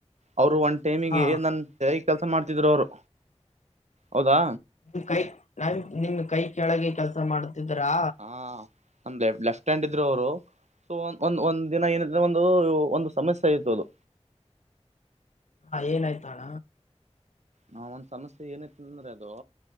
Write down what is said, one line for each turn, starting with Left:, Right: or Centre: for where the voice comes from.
Right: ಅವರು ಒಂದು ಟೈಮಿಗೆ
Left: ಹಾ
Right: ನನ್ನ ಕೈಲ್ ಕೆಲಸ ಮಾಡ್ತಿದ್ರು ಅವರು ಹೌದಾ
Left: ನಿ ಕೈ ನಿಮ್ ಕೈ ಕೆಳಗೆ ಕೆಲಸ ಮಾಡುತ್ತಿದ್ದ್ರಾ
Right: ಹ ನಮ್ ಲೆಫ್ಟ್ ಹ್ಯಾಂಡ್ ಇದ್ರು ಅವರು ಸೊ ಒ ಒಂದ್ ಒಂದ್ ದಿನ ಏನಿದ್ರೆ ಒಂದು ಒಂದು ಸಮಸ್ಯೆ ಇತ್ತು ಅದು
Left: ಹಾ ಏನಾಯ್ತಣ
Right: ನಾ ಒಂದ್ ಸಮಸ್ಯೆ ಏನೈತಿ ಅಂದ್ರೆ ಅದು